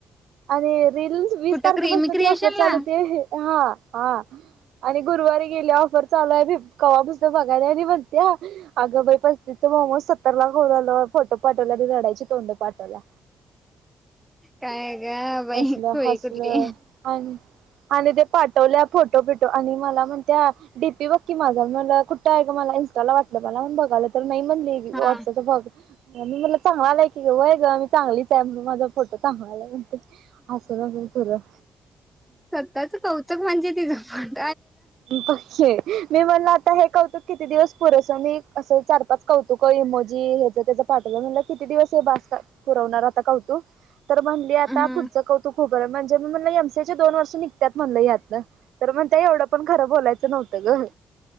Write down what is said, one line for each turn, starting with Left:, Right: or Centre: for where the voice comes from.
Right: आणि रील वीस
Centre: कुठं
Right: तारखेपासन
Centre: क्रिमी क्रिएशन
Right: ती ऑफर चालू
Centre: ला
Right: होती, हा. हा. आणि गुरुवारी गेलीया ऑफर चालू हाय भिप कवापासन बघायलीया आनी म्हंतीया, आग बाई! पस्तीसच मोमोज सत्तर ला खावून आलो, फोटो पाठव गुलाबी झाडाची तोंड पाटवल्या.
Centre: काय? ग बाई
Right: असल,
Centre: खुळी
Right: हसल
Centre: कुठली
Right: आणि आणि ते पाठवल्यात फोटो, बीटो आणि मला म्हणत्या डीपी बघ की माझा मला कुठं आहे ग मला इंस्टाला वाटलं मला बघाल नाही म्हणली
Centre: हा
Right: वाट्संअप ला बग, मी म्हणल चांगला आलाय की व्हय ग चांगलीच आहे. म्हणुन माझा फोटो चांगला आलाय. हसून हसून खुरं
Centre: स्वतःच कौतुक म्हणजे तिझं पण
Right: मी म्हणल आता हे कौतुक किती दिवस पुरेसं मी असं चार, पाच कौतुक इमोजी ह्याच, त्याचं पाठवलं म्हटलं किती दिवस हे भास पुरवणार आता कौतुक तर म्हणली.. आता
Centre: हम्म
Right: पुढचं कौतुक म्हणजे मी म्हणल एम सीए ची दोन वर्ष निघत्यात म्हणल यातन तर म्हणत्या यम पण खरं बोलायचं नव्हतं ग.